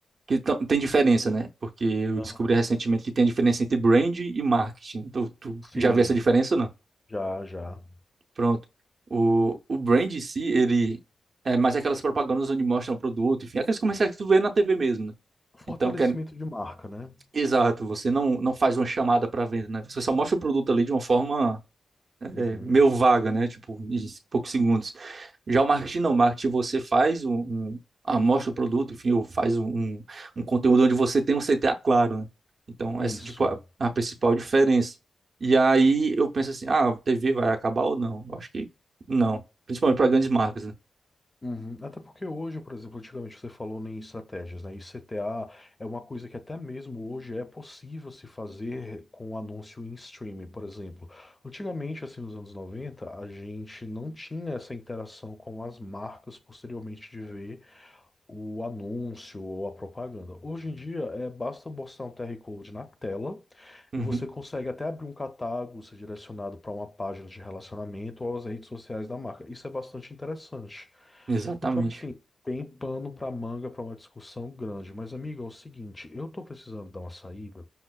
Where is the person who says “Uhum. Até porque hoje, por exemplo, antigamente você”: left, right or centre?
Left